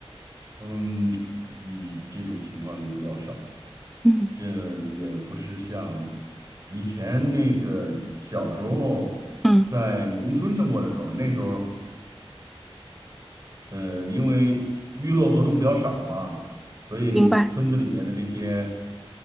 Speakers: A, on the right; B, in the centre.
A: 嗯，你这种情况也比较少，
B: 嗯
A: 这也不是像以前那个小时候在农村生活的时候，
B: 嗯，
A: 那时候呃，因为娱乐活动比较少嘛，所以村子里面的这些。
B: 明白。